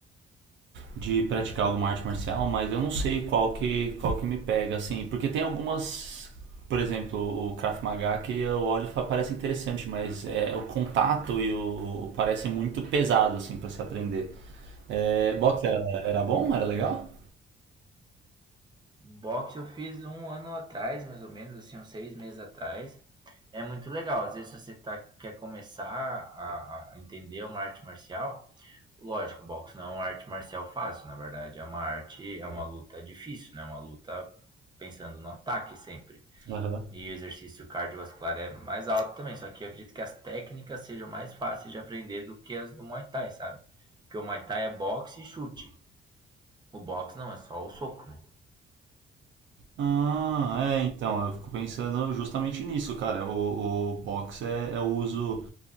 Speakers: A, on the right; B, on the right.
A: de praticar alguma arte marcial, mas eu não sei qual que, qual que me pega, assim, porque tem algumas, por exemplo, o Krav Maga que eu olho e falo, parece interessante, mas é, o contato e o parece muito pesado, assim, para se aprender. É, boxe
B: Entendi.
A: era, era bom? Era legal?
B: Boxe eu fiz um ano atrás, mais ou menos, assim, uns seis meses atrás. É muito legal. Às vezes você tá, quer começar a, a entender uma arte marcial. Lógico, boxe não é uma arte marcial fácil, na verdade. É uma arte, é uma luta difícil, né? É Uma luta pensando no ataque sempre.
A: Aham.
B: E o exercício cardiovascular é mais alto também, só que eu acredito que as técnicas sejam mais fáceis de aprender do que as do Muay Thai, sabe? Porque o Muay Thai é boxe e chute. O boxe não, é só o soco, né?
A: Ah, é, então, eu fico pensando justamente nisso, cara. O, o box é, é o uso,